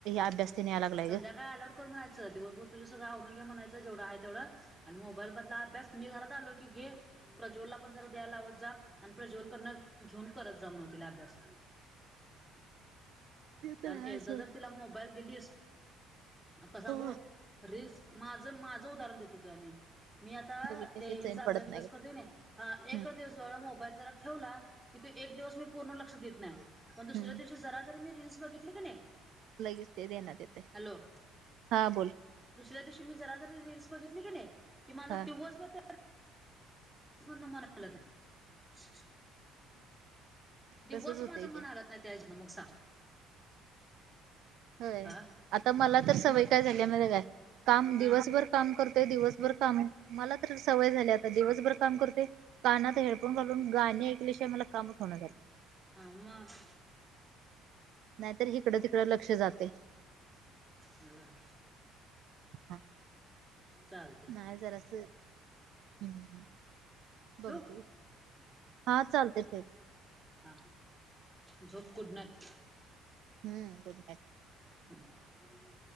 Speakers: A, on the right; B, on the right.
A: अभ्यास तेन याय लागलाय
B: संध्याकांळ
A: ग.
B: आल्यांवर करं म्हणायचं दिवसंभरं तुझं सगळं आवरूंन घ्यायचं म्हणायचं जवढं आहे तेवढं आणि मोबाईल बंदला अभ्यास मी घरांत आलो की घेईन प्रज्वलंला आपणं जरां द्यायला लावतं जां आणि प्रज्वलं करणं घेऊंन करतं जां म्हंणे तिलां अभ्यास
A: ते तर
B: पणं
A: आहे
B: एकदां
A: सोड
B: जरं तिलां मोबाईल दिलीस आंता सांगू
A: हो
B: रीलल्स माझं माझं उदाहरणं देते तुलां मी मी आंता
A: बघितल्याशिवाय
B: ते हि
A: चैन
B: अभ्यास
A: पडत नाही
B: बिभ्यास
A: ग.
B: करं देऊं नं हां एकचं
A: हम्म
B: दिवसं मोबाईल जरां ठेवला की ते एक दिवसं बी पूर्ण लक्षं देतं नाहीं मगं दुसऱ्यां
A: हम्म
B: दिवशी जरां जरी मी रीलल्स बघितली कां नाहीं
A: लगेचं ते ध्यानात येते हांय
B: हॅलो
A: हां बोलं
B: दुसऱ्यां दिवशी मी जरां जरी रीलस बघितली की नाहीं की माझां
A: हा
B: दिवसं मतं नाहीं दिवसं
A: तसच होतंय
B: माझं मनं
A: की
B: आलांत नाहीं. त्यां जनमध्यें मगं सांग
A: होयं
B: हा
A: आंता मलां तरं
B: मग
A: सवंय कायं झाली कायं कामं
B: हा
A: दिवसंभरं कामं कामं मलां तरं सवय झाली आता दिवसभर काम करते कानांत हेडफोन घालूंन गांणे ऐकल्यांशिवायं मलां कामं चं होणं झालं
B: हां मगं
A: नाहीं तरं हिकडं तिकडं लक्षं जाते.
B: बरं
A: हं
B: चालते
A: कायं जरासं हम् बघते
B: ठेवू
A: हा चालते चालते.
B: हां झोपगुड नाईट.
A: हम्म गुड नाईट...
B: हम्...